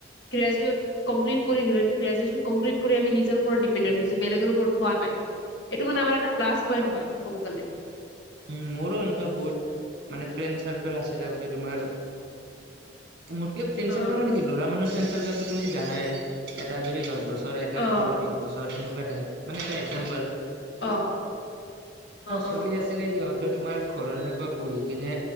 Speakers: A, on the left; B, on the right.
A: গ্ৰেজুৱেট কমপ্লিট কৰি গ্ৰেজুৱেট নিজৰ ঘৰতে বহি আছো। বেলগৰ ওপৰত হোৱা নাই এই টো মানে প্লাছ পইন্ট হয় ক'ব গ'লে,
B: উ মোৰো এনেকুৱা বহুত মানে ফ্ৰেণ্ড চাৰ্কেল আছিল আগতে তোমাৰ, মোতকে ফেঞ্চেলগাৰ
A: অ
B: মানে কি লৰা মানুহ ফ্ৰেঞ্চেলগাৰটো তুমি জানাই এটা যদি দহ বছৰ। এটা
A: অ
B: তোমাৰ বিশ বছৰ সেনেকুৱা টাইপ মানে এটা একজাম্পল,
A: আহ অ'
B: চলি
A: অ'
B: আছিলে সিহঁতে তোমাৰ ঘৰত যেনেকৈ বহি কিনে